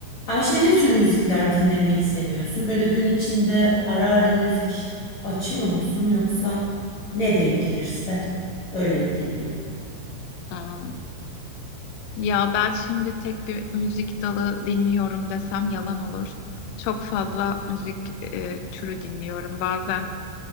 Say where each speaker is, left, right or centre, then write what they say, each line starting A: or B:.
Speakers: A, on the left; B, on the left.
A: Ayşe ne tür müzikler dinlemeyi seviyorsun? Böyle gün içinde ara ara müzik açıyor musun yoksa ne denk gelirse öyle mi dinliyorsun?
B: Aa, Ya ben şimdi tek bir müzik dalı dinliyorum desem yalan olur. Çok fazla müzik e, türü dinliyorum. Bazen